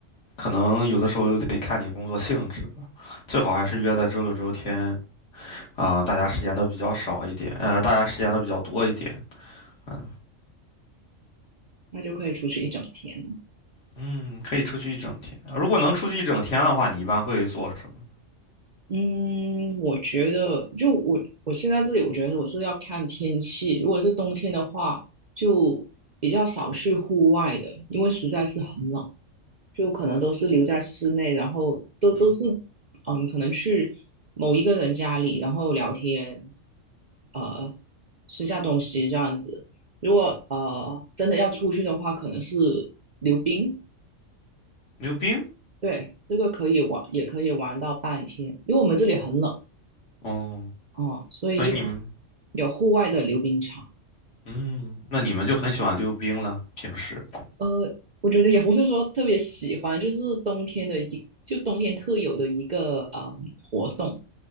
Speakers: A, on the left; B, on the right.
A: 可能有的时候又得看你工作性质吧。最好还是约在周六周天啊，大家时间都比较少一点，呃，大家时间都比较多一点。嗯，
B: 那就可以出去一整天。
A: 嗯可以出去一整天。如果能出去一整天的话，你一般会做什么？
B: 嗯，我觉得就我我现在这里，我觉得我是要看天气。如果是冬天的话，就比较少去户外的，因为实在是很冷，就可能都是留在室内，然后都都是
A: 嗯哼，
B: 嗯，可能去某一个人家里，然后聊天，呃，吃下东西这样子。如果呃真的要出去的话，可能是溜冰，
A: 溜冰？
B: 对，这个可以玩，也可以玩到半天，因为我们这里很冷。
A: 哦，
B: 哦，所以就
A: 所以你们，
B: 有户外的溜冰场。
A: 嗯，那你们就很喜欢溜冰了，平时。
B: 呃，我觉得也不是说特别喜欢，就是冬天的一，就冬天特有的一个嗯活动，